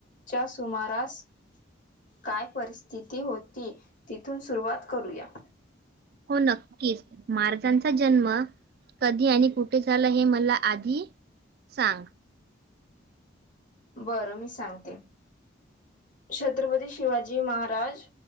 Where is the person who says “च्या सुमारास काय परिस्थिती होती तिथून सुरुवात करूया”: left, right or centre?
Left